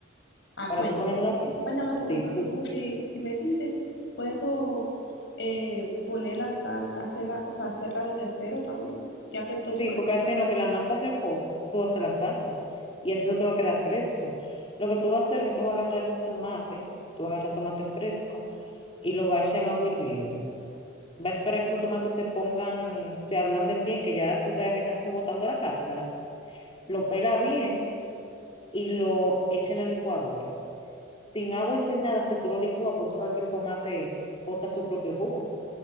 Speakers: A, on the left (about 60°); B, on the left (about 30°).
A: Ah,
B: para
A: cuéntame.
B: tú poner una pizza.
A: Cuéntame
B: Sí,
A: porque seguro
B: tú,
A: si, si me dice, puedo eh, poner la sal, hacerla, o sea, hacerla desde cero también, ya que estoy
B: sí,
A: fuera.
B: porque así en lo que la masa reposa, tú haces la salsa y así eso te va a quedar fresco. Lo que tú vas a hacer es que tú vas a agarrar los tomates, tú vas a agarrar tomate fresco y lo vas a echar en agua hirviendo. Va a esperar que esos tomates se pongan, se ablanden bien, que ya tú veas que están como botando la cáscara. Lo pela bien y lo echa en la licuadora. Sin agua y sin nada, si tú lo licúas, pues tú sabes que el tomate bota su propio jugo.